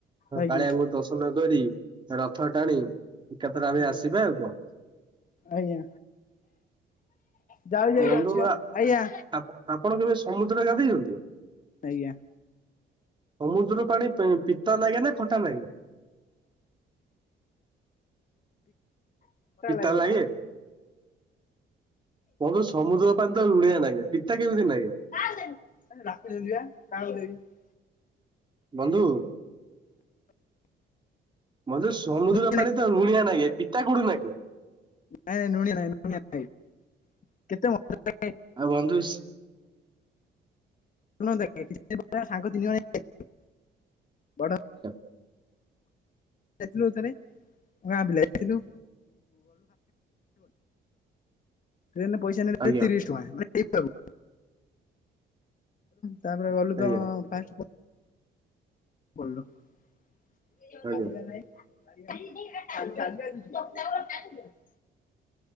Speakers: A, on the left; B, on the right.
A: ଆଜ୍ଞା
B: କାଳିଆଙ୍କୁ ଦର୍ଶନ କରି ରଥ ଟାଣି। ଏକାଥର ଆମେ
A: ଆଜ୍ଞା।
B: ଆସିବା ଆଉ କଣ।
A: ଆଜ୍ଞା। ଯାଉ
B: ତ
A: ଯାଉ
B: ବନ୍ଧୁ
A: ଅଛି ବା
B: ଆ
A: ଆଜ୍ଞା
B: ଆପଣ କେବେ ସମୁଦ୍ରରେ ଗାଧେଇଛନ୍ତି?
A: ଆଜ୍ଞା।
B: ସମୁଦ୍ର ପାଣି ପେ ପିତା ଲାଗେ ନା ଖଟା ନାଗେ।
A: ପିତା
B: ଚିତା ଲାଗେ।
A: ଆଁ।
B: ବନ୍ଧୁ ସମୁଦ୍ର ପାଇଁ ତ ଲୁନିଆ ଲାଗେ ନାହିଁ ପିତା କେମିତି ନାଗେ?
A: <unintelligible>
B: ବନ୍ଧୁ। ମତେ ସମୁଦ୍ର
A: ନାଇଁ
B: ପାଣି ତ ଲୁଣିଆ ନାଗେ ପିତା କୋଉଥି ଲାଗେ।
A: ନାଇଁ ନାଇଁ <unintelligible> ନାଇଁଆ ନାଇଁ କେତେ।
B: ଆଉ ବନ୍ଧୁସ
A: <unintelligible> ସାଙ୍ଗ ତିନି ଜଣ ବଡ।
B: <inaudible>
A: ଯାଇଥିଲୁ ଥରେ <unintelligible> ଗଲୁ ଯାଇଥିଲୁ।
B: <inaudible>
A: ଟ୍ରେନରେ ପଇସା ନେବେ
B: ଆଜ୍ଞା
A: ତିରିଶ ଟଙ୍କା ନେଇଥାଉ। ତାପରେ ଗଲୁ
B: ଆଜ୍ଞା
A: ତ ଫାଷ୍ଟ <unintelligible> ନାହିଁ। <unintelligible>
B: ଆଜ୍ଞା